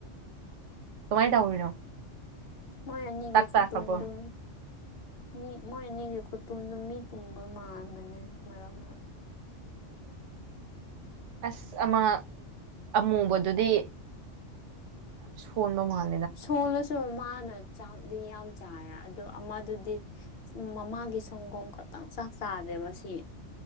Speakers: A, on the right; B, on the left.
A: ꯀꯨꯃꯥꯏ ꯇꯧꯔꯤꯅꯣ
B: ꯃꯣꯏ ꯑꯅꯤꯒꯤ
A: ꯆꯥꯛ
B: ꯈꯨꯇꯨꯝꯗꯨ
A: ꯆꯥꯈ꯭ꯔꯕꯣ
B: ꯃꯤ ꯃꯣꯏ ꯑꯅꯤꯒꯤ ꯈꯨꯇꯨꯝꯗꯨ ꯃꯤ ꯇꯨꯝꯕ ꯃꯥꯟꯕꯅꯦ ꯃꯔꯛ ꯃꯔꯛꯇ
A: ꯎꯝ ꯑꯁ ꯑꯃ ꯑꯃꯨꯕꯗꯨꯗꯤ ꯌꯥꯝ ꯁꯣꯟꯕ ꯃꯥꯜꯂꯦ
B: ꯁꯣꯜꯂꯁꯨ ꯃꯥꯅ ꯆꯥꯛꯗꯤ ꯌꯥꯝ ꯆꯥꯏꯌꯦ ꯑꯗꯣ ꯑꯃꯗꯨꯗꯤ ꯃꯃꯥꯒꯤ ꯁꯪꯒꯣꯝ ꯈꯛꯇꯪ ꯆꯥꯛ ꯆꯥꯗꯦꯕ ꯁꯤ